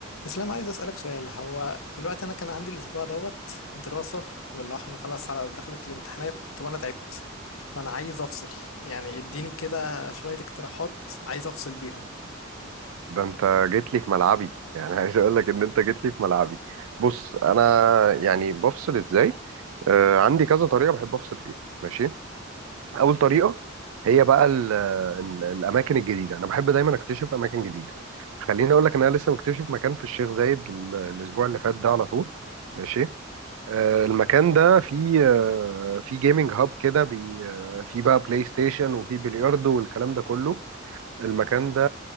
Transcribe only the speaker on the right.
ده انت جيت لي في ملعبي يعني عايز اقول لك ان انت جيت لي في ملعبي بص انا يعني بفصل ازاي آه عندي كذا طريقه بحب افصل فيها ماشي اول طريقه هي بقى ال ال الاماكن الجديده انا بحب دايما اكتشف اماكن جديده خليني اقول لك ان انا لسه مكتشف مكان في الشيخ زايد ال- الاسبوع اللي فات ده على طول ماشي آه المكان ده فيه آه فيه جيمنج هاب كده بي- آه، فيه بقى بلاي ستيشن وفيه بلياردو والكلام ده كله المكان ده